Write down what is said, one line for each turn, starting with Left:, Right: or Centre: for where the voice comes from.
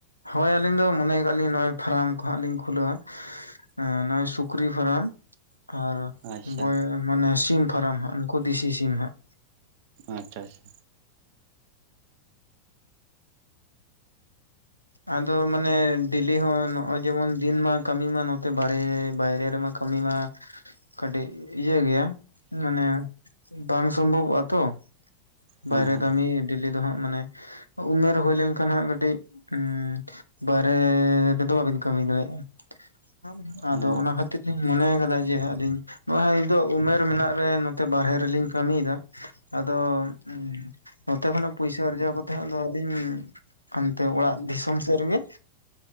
Left: ᱦᱚᱭ ᱟᱹᱞᱤᱧ ᱫᱚ ᱢᱚᱱᱮᱭ ᱠᱟᱜ ᱞᱤᱝ ᱱᱚᱜᱼᱚᱭ ᱯᱷᱟᱨᱟᱢ ᱠᱚᱦᱟᱸᱜ ᱞᱤᱧ ᱠᱷᱩᱞᱟᱹᱣᱟ ᱚ ᱱᱚᱭ ᱥᱩᱠᱨᱤ ᱯᱷᱟᱨᱚᱢ ᱟᱨ
Right: ᱟᱪᱪᱷᱟ
Left: ᱵᱚᱭ ᱢᱟᱱᱮ ᱥᱤᱢ ᱯᱷᱟᱨᱟᱢ ᱦᱟᱸᱜ ᱩᱱᱠᱩ ᱫᱮᱥᱤ ᱥᱤᱢ ᱦᱟᱸᱜ
Right: ᱟᱪᱪᱷᱟ ᱟᱪᱪᱷᱟ
Left: ᱟᱫᱚ ᱢᱟᱱᱮ ᱰᱮᱞᱤ ᱦᱚᱸ ᱱᱚᱜᱼᱚᱭ ᱡᱮᱢᱚᱱ ᱫᱤᱱ ᱢᱟ ᱠᱟᱹᱢᱤ ᱢᱟ ᱱᱚᱛᱮ ᱵᱟᱨᱮ ᱵᱟᱭᱨᱮ ᱨᱮᱢᱟ ᱠᱟᱹᱢᱤ ᱢᱟᱹ ᱠᱟᱹᱴᱤᱜ ᱤᱭᱟᱹ ᱜᱮᱭᱟ ᱢᱟᱱᱮ ᱵᱟᱝ ᱥᱚᱢᱵᱷᱚᱵᱚᱜᱼᱟ ᱛᱚ
Right: ᱦᱮᱸ
Left: ᱵᱟᱭᱨᱮ
Right: ᱦᱮᱸ
Left: ᱠᱟᱹᱢᱤ ᱰᱮᱞᱤ ᱫᱚ ᱦᱟᱸᱜ ᱢᱟᱱᱮ ᱩᱢᱮᱨ ᱦᱳᱭ ᱞᱮᱱᱠᱷᱟᱱ ᱦᱟᱜ ᱠᱟᱹᱴᱤᱡ ᱩᱸ ᱵᱟᱭᱨᱮ ᱨᱮᱫᱚ ᱵᱟᱵᱤᱱ ᱠᱟᱹᱢᱤ ᱫᱟᱲᱮᱭᱟᱜᱼᱟ <inaudible>
Right: ᱦᱮᱸ
Left: ᱟᱫᱚ ᱚᱱᱟ ᱠᱷᱟᱹᱛᱤᱨ ᱞᱤᱧ ᱢᱚᱱᱮ ᱠᱟᱫᱟ ᱡᱮ ᱟᱹᱞᱤᱧ ᱱᱚᱜ ᱚᱭ ᱦᱟ ᱦᱤᱛᱳᱜ ᱩᱢᱮᱨ ᱢᱮᱱᱟᱜ ᱨᱮ ᱱᱚᱛᱮ ᱵᱟᱨᱦᱮ ᱨᱮᱞᱤᱧ ᱠᱟᱹᱢᱤᱭᱫᱟ ᱟᱫᱚ ᱦᱩᱸ ᱱᱚᱛᱮ ᱠᱷᱚᱱᱟᱜ ᱯᱩᱭᱥᱟᱹ ᱟᱨᱡᱟᱣ ᱠᱟᱛᱮ ᱦᱟᱜ ᱫᱚ ᱟᱹᱞᱤᱧ ᱦᱟᱱᱛᱮ ᱚᱲᱟᱜ ᱫᱤᱥᱚᱢ ᱥᱮᱜ ᱨᱮᱜᱮ